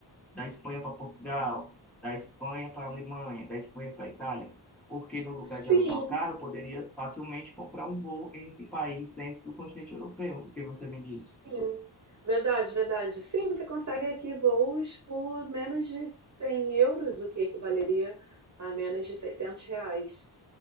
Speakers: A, in the centre; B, on the right.
A: da Espanha para Portugal, da Espanha para Alemanha, da Espanha para Itália? Porque no lugar
B: Sim,
A: de alugar o carro, eu poderia facilmente comprar um voo entre países dentro do continente europeu. O que você me diz?
B: Sim, verdade, verdade. Sim, você consegue aqui voos por menos de 100 euros, o que equivaleria a menos de 600 reais.